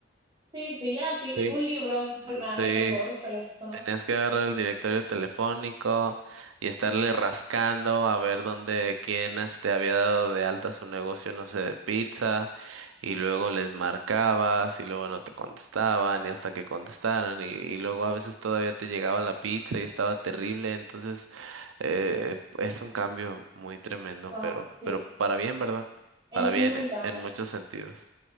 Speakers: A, on the right (about 20°); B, on the right (about 80°).
A: Sí, sí, aquí
B: Sí.
A: un libro súper grande
B: Sí,
A: con todos los teléfonos.
B: Tienes que agarrar el directorio telefónico y estarle rascando a ver dónde, quién este había dado de alta su negocio, no sé, de pizza, y luego les marcabas y luego no te contestaban y hasta que contestaran y, y luego a veces todavía te llegaba la pizza y estaba terrible, entonces eh, es un cambio muy tremendo,
A: Wow,
B: pero,
A: sí,
B: pero para bien, ¿verdad?
A: es
B: Para bien
A: muy
B: eh,
A: cambio.
B: en muchos sentidos.